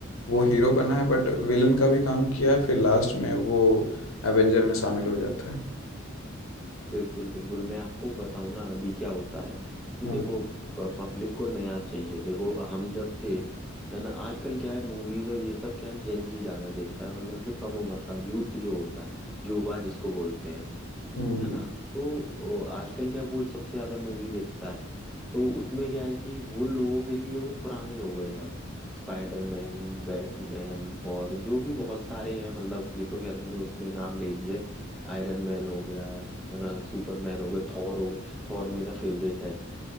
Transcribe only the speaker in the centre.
बिल्कुल बिल्कुल मैं आपको बताऊं ना अभी क्या होता है कि
देखो पब्लिक को नया चाहिए देखो हम जब थे है ना आजकल क्या है मूवीज और ये सब क्या है जेन जी ज्यादा देखता है मतलब जो कम उम्र का यूथ जो होता है युवा जिसको बोलते हैं हम
है ना तो अ, आजकल क्या वो सबसे ज्यादा मूवी देखता है तो उसमें क्या है कि वो लोगों के लिए वो पुराने हो गए अब स्पाइडरमैन बैटमैन और जो भी बहुत सारे हैं मतलब ये तो खैर मैंने उसमें नाम ले लिए आयरन मैन हो गया है ना सुपरमैन हो गया थॉर हो गया थॉर मेरा फेवरेट है